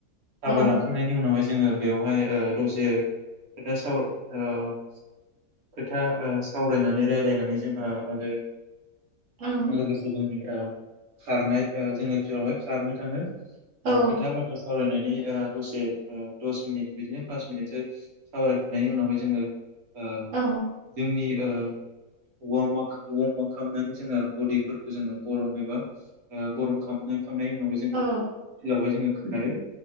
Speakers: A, on the right; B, on the right.
A: थाबायलांखांनायनि
B: औ
A: उनावहायजो जोङो बेयावहाय ओ दसे। खोथा साव ओयो खोथा ओ सावरायनानै राय्लायनानै जोंहा आरो
B: ओं
A: लोगोसे जोंनि या खारनाय ओयो जोङो फिलावहाय खारनो थाङो।
B: औ
A: ओ खोथा बाथ्रा सावरायनाय। बि ओ दसे उम दस मिनिट बिदिनो फास मिनिटसो। सावरायखांनायनि उनावहाय जोङो। ओयो
B: औ
A: जोंनि <unintelligible> खांनायनि उनावाय जोङो
B: औ
A: फिलावहाय जोङो खो नारो।